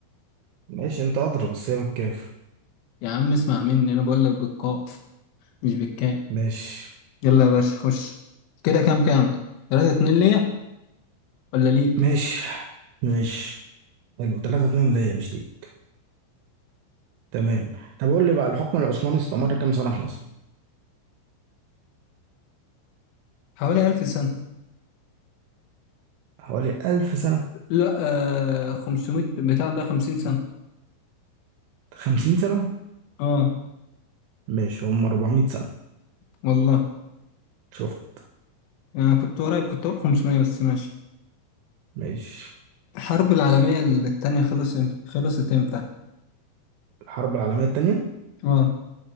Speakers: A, on the right (about 80°); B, on the left (about 80°).
A: ماشي انت اضرب بس هي بالكاف
B: يا عم اسمع مني انا بقول لك بالقاف مش بالكاء
A: ماشي
B: يلا يا باشا خش كده كام كام 3 2 ليا ولا ليك
A: ماشي ماشي حلو 3 2 ليا مش ليك تمام طب قول لي بقى الحكم العثماني استمر كام سنة في مصر؟
B: حوالي 1000 سنة
A: حوالي 1000 سنة
B: لا آه 500 بتاع ده 50 سنة
A: 50 سنة
B: اه
A: ماشي هم 400 سنة
B: والله
A: شفت
B: أنا كنت قريب كنت أقول 500 بس ماشي
A: ماشي
B: الحرب العالمية التانية خلصت إمت- خلصت إمتى؟
A: الحرب العالمية التانية
B: آه